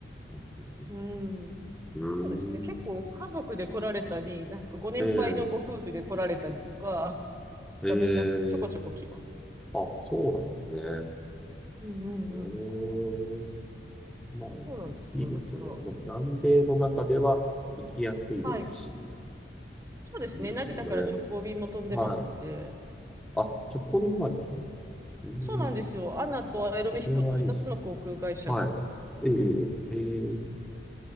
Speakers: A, in the centre; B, on the right.
A: なるほどね。
B: うん。
A: うー
B: そうですね。結構家族で来られたり、
A: ん。
B: なんかご年配のご夫婦で来られたりとか、
A: ええええ
B: がみんなちょこちょこ来ます。
A: あ、そうなんですね。う
B: うんうんうん。
A: ーまあ、
B: そうなんですよ。
A: いいですよね。
B: だから、
A: な、南米の中では行きやすいですし、
B: はい。そうですね。
A: いいですよね。
B: 成田から直行便も飛んでますんで。
A: はい。あ、ちょっと前ですね。うーん。
B: そうなんですよ。アナとアエロミヒコと2つの航空会社が。
A: あ、それはいいですね。はい。ええええ